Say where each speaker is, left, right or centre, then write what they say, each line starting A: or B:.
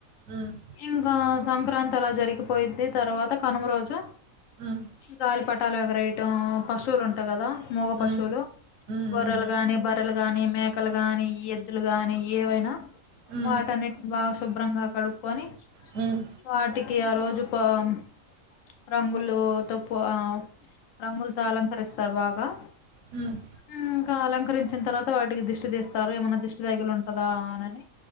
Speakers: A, on the right; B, on the left.
A: ఉమ్మ్
B: ఇంకా సంక్రాంతి అలా జరిగిపోయిది తర్వాత కనుము రోజూ
A: ఉమ్మ్
B: గాలిపటాలు ఎగరేయటం పశువులు ఉంటాయి గదా మూగ
A: హ్మ్.
B: పశువులు
A: హ్మ్.
B: గొర్రెలు
A: హ్మ్.
B: గానీ బర్రలు గానీ మేకలు గానీ ఎద్దులు గానీ ఏవైనా
A: హ్మ్.
B: వాటన్నిటి బాగా శుభ్రంగా కడుక్కొని
A: హ్మ్.
B: వాటికి ఆ రోజు పామ్ రంగులు తప్పు ఆ రంగులతో అలంకరిస్తారు బాగా
A: ఉమ్మ్
B: ఉమ్ ఇంకా అలంకరించిన తర్వాత వాటికి దిష్ దిష్టి దీస్తారు ఏమన్నా దిష్టి దగిలీ ఉంటందా అననీ